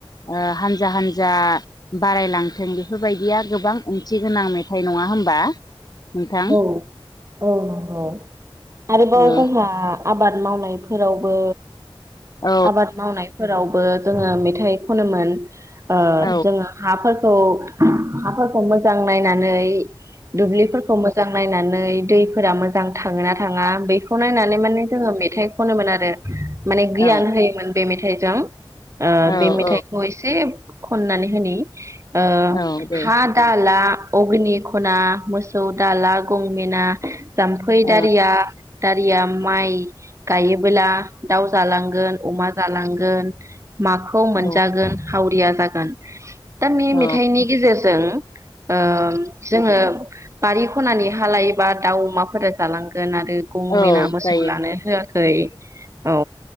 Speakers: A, on the left; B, on the right.
A: ओ हानजा हानजा बारायलांथों बेफोरबायदिया गोबां ओंथि गोनां मेथाइ नङा होमबा? नोंथां?
B: औ औ औ आरोबाव
A: ओ
B: गहा आबाद मावनायफोरावबो
A: औ
B: आबाद मावनायफोरावबो जोङो मेथाइ खनोमोन ओ
A: औ
B: जोङो हाफोर औ हाफोरखौ मोजां नायनानै दुब्लिफोरखौ मो नायनानै दैफोरा मोजां थाङोना थाङा बै खौ नायनानै माने जोङो मेथाइ खनोमोन आरो माने गियान
A: औ
B: होयोमोन बे मेथाइ जों। ओ
A: औ
B: बे मेथाइखौ एसे ख'ननानै होनि ओ
A: औ दे
B: हा दा ला अग्नि खना मोसौ दाला गंमेना जाम्फै
A: औ
B: दारिया दारिया माइ गायोबोला दाउ जालांगोन अमा जालांगोन गोन माखौ मोनजागोन
A: औ
B: हावरिया जागोन दा बे-मेथाइनि
A: औ
B: गेजेरजों ओ जोङो बारि खनानि हा लायोबा दाउ अमाफोरा जालांगोन गोन आरो गं
A: औ
B: मेना मोसौ
A: जायो औ
B: लानो होआखै खै औ